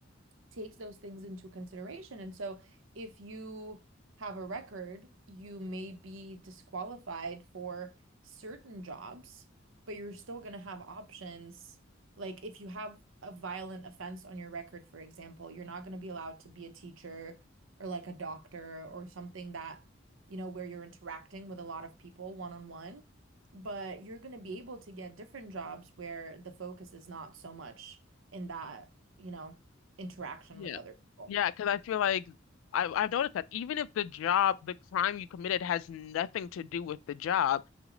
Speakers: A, on the right (about 80°); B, on the left (about 85°).
A: takes those things into consideration. And so if you have a record, you may be disqualified for certain jobs, but you're still going to have options. Like if you have a violent offense on your record, for example, you're not going to be allowed to be a teacher or like a doctor or something that, you know, where you're interacting with a lot of people one on one. But you're going to be able to get different jobs where the focus is not so much in that, you know, interaction
B: Yeah.
A: with other people.
B: Yeah, because I feel like I, I've noticed that even if the job, the crime you committed has nothing to do with the job,